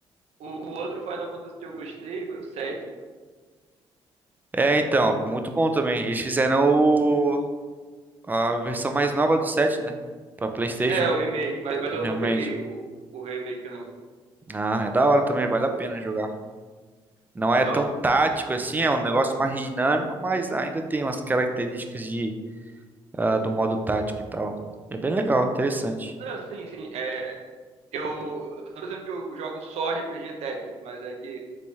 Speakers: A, on the right; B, on the right.
A: o, o outro Final Fantasy que eu gostei foi o 7.
B: É, então, muito bom também. Eles
A: Bom
B: fizeram
A: também.
B: o A versão mais nova do 7, né? Pra PlayStation,
A: É, o remake, mas, mas
B: o
A: eu
B: remake.
A: não peguei o, o remake, não.
B: Ah, é da hora também, vale a pena jogar. Não é
A: Eu,
B: tão tático assim, é um negócio mais dinâmico, mas ainda tem umas características de, ah, do modo tático e tal. É bem legal, interessante.
A: não, sim, sim. É, eu eu tô dizendo que eu jogo só RPG Tactics, mas é que